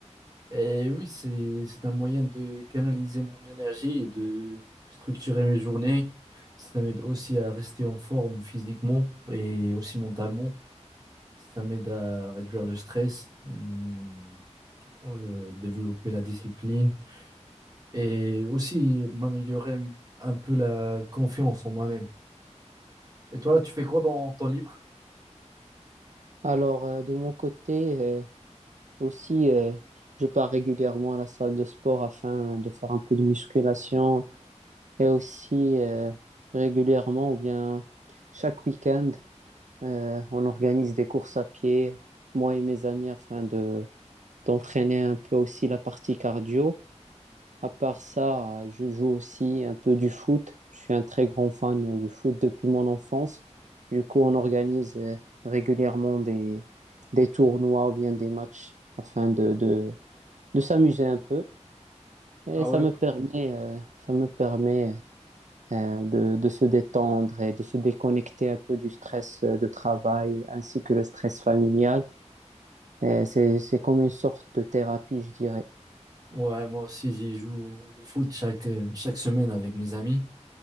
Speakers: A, on the right; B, on the right.
A: Et oui, c'est, c'est un moyen de canaliser mon énergie et de structurer mes journées. Ça m'aide aussi à rester en forme physiquement et aussi mentalement. Ça m'aide à réduire le stress, mm, euh, développer la discipline et aussi m'améliorer un peu la confiance en moi-même. Et toi, tu fais quoi dans ton livre?
B: Alors, euh, de mon côté, euh, aussi, euh, je pars régulièrement à la salle de sport afin de faire un peu de musculation et aussi euh, régulièrement ou bien chaque week-end, euh, on organise des courses à pied, moi et mes amis, afin de, d'entraîner un peu aussi la partie cardio. À part ça, euh, je joue aussi un peu du foot. Je suis un très grand fan euh, du foot depuis mon enfance. Du coup, on organise euh, régulièrement des, des tournois ou bien des matchs afin de, de, de s'amuser un peu. Et
A: Ah
B: ça
A: ouais.
B: me permet, euh, ça me permet euh, de, de se détendre et de se déconnecter un peu du stress euh, de travail ainsi que le stress familial. Et C'est, c'est comme une sorte de thérapie, je dirais.
A: Ouais, moi aussi, j'y joue le foot chaque, euh, chaque semaine avec mes amis.